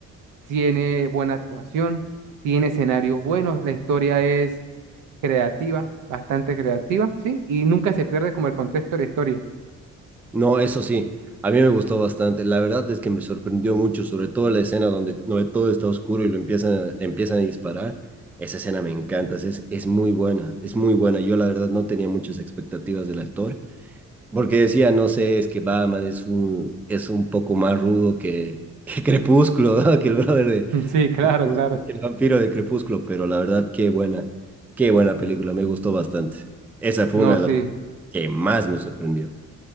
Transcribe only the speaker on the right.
tiene buena actuación, tiene escenarios buenos, la historia es creativa, bastante creativa, ¿sí? Y nunca se pierde como el contexto de la historia.
<laughs> Sí, claro,
claro.
No,
sí.